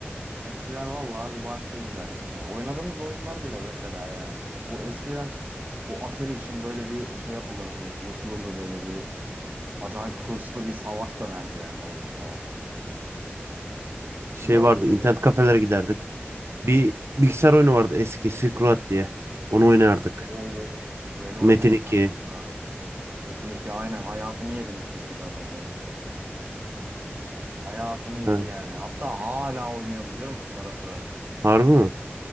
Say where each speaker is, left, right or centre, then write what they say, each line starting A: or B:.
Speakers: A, on the right; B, on the right.
A: Eskiler valla bir başka güzelmiş ya. Oynadığımız oyunlar bile mesela yani. O eskiden bu Atari için böyle bir şey yapılırdı, bir buluşulurdu böyle bir acayip hırslı bir savaş dönerdi yani orada falan.
B: Şey
A: Güzel oluyordu
B: vardı internet
A: ya.
B: kafelere giderdik. Bir bilgisayar oyunu vardı eski Silk Road diye. Onu oynardık.
A: O böyle
B: Metin
A: oynadım
B: 2.
A: ben bir dönem. Metin 2 aynen hayatımı yedi Metin 2 zaten benim. Hayatımı yedi
B: Ha,
A: yani. Hatta hala oynuyorum biliyor musun ara sıra?
B: harbi mi?